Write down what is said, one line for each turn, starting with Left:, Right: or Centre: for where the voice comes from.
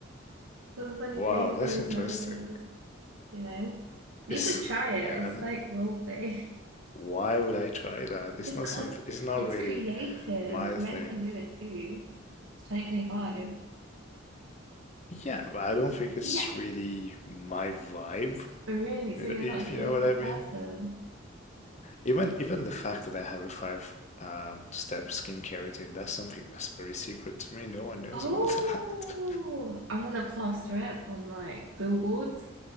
Right: Full of funny
Left: Wow,
Right: faces,
Left: that's interesting.
Right: memories, you know. You
Left: It's
Right: should try it.
Left: yeah, I've
Right: It's like role play. <laughs>
Left: Why would I try that? It's
Right: Because
Left: not something, it's not
Right: it's
Left: really
Right: creative.
Left: my
Right: Men
Left: thing.
Right: can do it too. It's 2025.
Left: Yeah, but I don't think it's
Right: Yeah.
Left: really my vibe,
Right: Really? So
Left: if
Right: you're not a
Left: you
Right: creative
Left: know what I mean.
Right: person?
Left: Even even the fact that I have a five um, step skincare routine, that's something that's very secret to me. No one knows
Right: Oh,
Left: about <laughs> that.
Right: I'm gonna plaster it on like billboards.